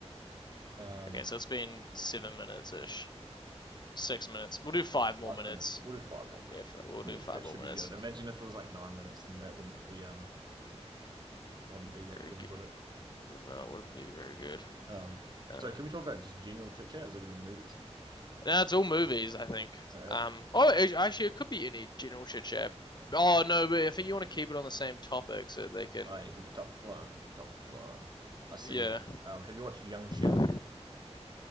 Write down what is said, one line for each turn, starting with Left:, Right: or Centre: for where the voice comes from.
Right: Um,
Left: Okay, so it's been seven minutes ish. Six minutes. We'll do five more
Right: five
Left: minutes.
Right: minutes. We'll do five more minutes.
Left: Yeah, we'll do
Right: <clears throat>
Left: five
Right: That
Left: more
Right: should
Left: minutes.
Right: be good. Imagine if it was like nine minutes, then that wouldn't be um wouldn't be that
Left: Very
Right: good,
Left: good.
Right: would it?
Left: Well, no, it wouldn't be very good.
Right: Um,
Left: Um,
Right: so can we talk about just general chit chat? Is it gonna be movies?
Left: no, it's all movies, I think.
Right: Uh,
Left: Um, oh, actually, it could be any general chit chat. Oh no, but I think you want to keep it on the same topic so they can,
Right: oh yeah, keep the topic flowing. Keep the topic flowing. I see.
Left: yeah.
Right: Um, um have you watched Young Sheldon?
Left: <laughs>